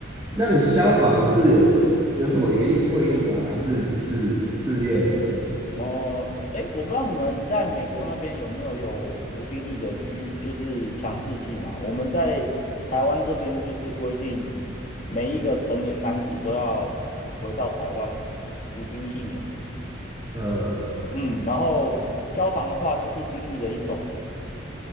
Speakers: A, on the right; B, on the left.
A: 那你消防是有退，有什么原因退役吗？还是只是自愿的？
B: 哦，哎，我不知道你们在美国那边有没有有服兵役的需，就是强制性啊？我们在台湾这边就是规定，每一个成年男子都要回到台湾服兵役一年。
A: 呃呃，
B: 嗯，然后消防的话就是兵役的一种。